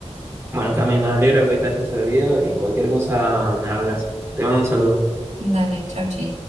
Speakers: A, on the right (about 25°); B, on the right (about 80°).
A: Bueno, Cami, me alegro que te haya servido y cualquier cosa me hablas. Te mando un saludo.
B: Dale, chau, chi.